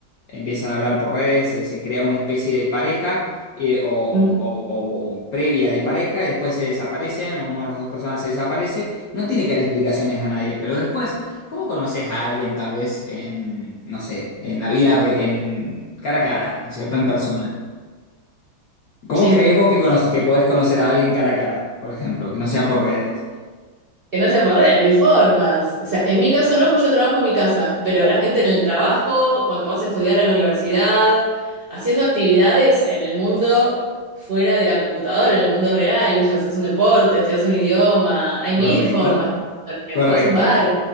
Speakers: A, on the left; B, on the right.
A: empiezan a hablar por redes, se, se crea una especie de pareja eh, o, o-
B: Mm,
A: o- o previa de pareja y después se desaparecen, una de las dos personas se desaparece. No tiene que dar explicaciones a nadie, pero después, ¿cómo conoces a alguien tal vez en, no sé, en la vida, re- en cara a cara, ¿no es cierto? En persona. ¿Cómo
B: Sí,
A: creéis vos que, cono- que podés conocer a alguien cara a cara, por ejemplo, que no sea por redes?
B: que no sea por redes, mil formas. O sea, en mi caso no, pues yo trabajo en mi casa, pero la gente en el trabajo, cuando vas a estudiar a la universidad, haciendo actividades en el mundo fuera de la computadora, en el mundo real, qué sé yo, haces un deporte, estudias un idioma, hay
A: Correcto,
B: mil formas de repente.
A: correcto.
B: Vas a un bar,